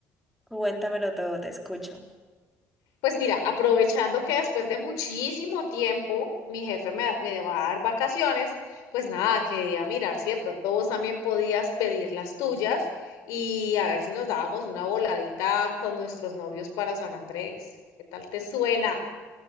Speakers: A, in the centre; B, on the left (about 85°).
A: Cuéntamelo todo, te escucho.
B: Pues mira, aprovechando que después de muchísimo tiempo mi jefe me, me va a dar vacaciones, pues nada, quería mirar si de pronto vos también podías pedir las tuyas y a ver si nos dábamos una voladita con nuestros novios para San Andrés. ¿Qué tal te suena?